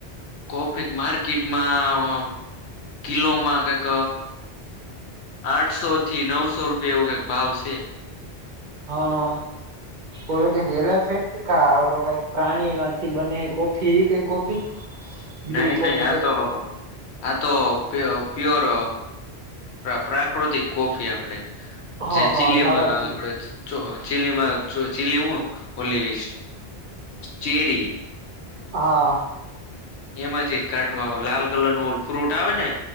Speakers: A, on the left; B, on the right.
A: કોફી માર્કેટમાં કિલોમાં કઈક આઠસો થી નવસો રૂપિયા એવું કઈક ભાવ સે
B: હા ઓલો કઈક એલફેન્ટ કા ઓલો કઈક પ્રાણી માંથી બને હે કોફી એવી કઈ કોફી બ્લુ
A: નહીં
B: કોફી
A: નહી આ
B: કઈક
A: તો આ તો પ્યોર પ્રાકૃતિક કોફી આપડે
B: હ
A: જે
B: હ
A: ચીલે
B: ઝાડોથી
A: માં આપડે જ ચો ચીલીમાં ચીલી હું ઓલી ચેરી
B: હા
A: એમાંથી જ કાઢવા લાલ કલર નું ઓલુ ફ્રૂટ આવે ને